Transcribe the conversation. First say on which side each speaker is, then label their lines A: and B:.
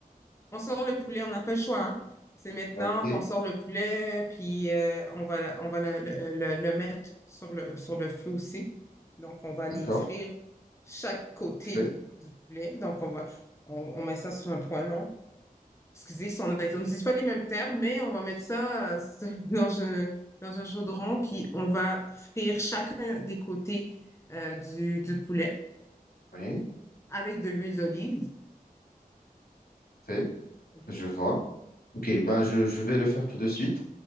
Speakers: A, on the left; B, on the left.
A: On sort le poulet, on n'a pas le choix, hein. C'est maintenant
B: Ah, Ok,
A: qu'on sort le poulet, puis euh, on va, on va le, le- le- le mettre sur le, sur le feu aussi. Donc, on va
B: d'accord.
A: les frire chaque côté
B: Fait.
A: du poulet. Donc, on va, on, on met ça sur un poêlon. Excusez, si on on n'utilise pas les mêmes termes, mais on va mettre ça euh, <laughs> dans un, dans un chaudron, puis on va frire chacun des côtés euh, du, du poulet
B: Oui,
A: avec de l'huile d'olive.
B: fait.
A: Mhm.
B: Je vois. Ok, ben je, je vais le faire tout de suite.